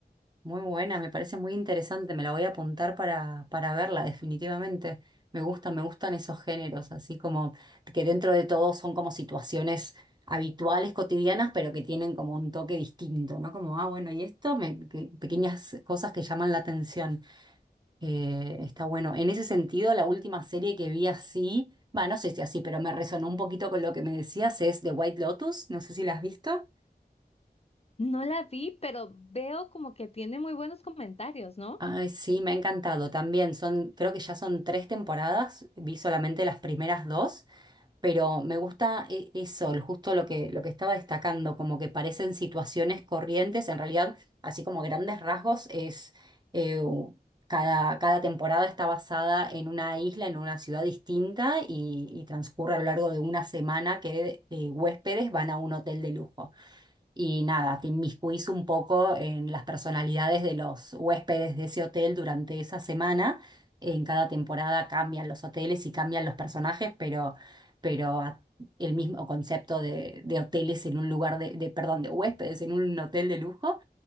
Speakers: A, on the right; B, on the left.
A: Muy buena, me parece muy interesante, me la voy a apuntar para, para verla, definitivamente. Me gustan, me gustan esos géneros, así como que dentro de todo son como situaciones habituales, cotidianas, pero que tienen como un toque distinto, ¿no? Como, ah, bueno, y esto, me, que- pequeñas cosas que llaman la atención. Eh, está bueno. En ese sentido, la última serie que vi así, va, no sé si así, pero me resonó un poquito con lo que me decías, es The White Lotus, no sé si la has visto.
B: No la vi, pero veo como que tiene muy buenos comentarios, ¿no?
A: Ay, sí, me ha encantado también. Son, creo que ya son tres temporadas. Vi solamente las primeras dos, pero me gusta e- eso, el- justo lo que, lo que estaba destacando, como que parecen situaciones corrientes. En realidad, así como grandes rasgos, es eh, u- cada, cada temporada está basada en una isla, en una ciudad distinta y, y transcurre a lo largo de una semana que eh, huéspedes van a un hotel de lujo y nada, te inmiscuís un poco en las personalidades de los huéspedes de ese hotel durante esa semana. En cada temporada cambian los hoteles y cambian los personajes, pero, pero a- el mismo concepto de, de hoteles en un lugar de, de, perdón, de huéspedes en un hotel de lujo.